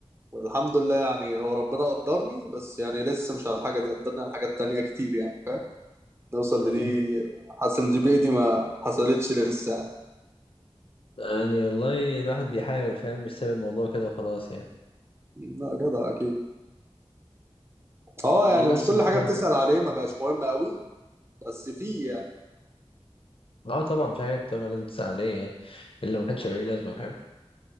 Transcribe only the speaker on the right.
والحمد لله يعني هو ربنا قدرني بس يعني لسه مش على الحاجه دي قدرني على حاجات تانية كتير يعني فاهم نوصل
لدي حاسس ان الجي دي ما حصلتش لسه يعني
لا جدع اكيد اه
يعني
مش كل
حاجه بتسأل عليه ما بقاش مهم قوي بس في يعني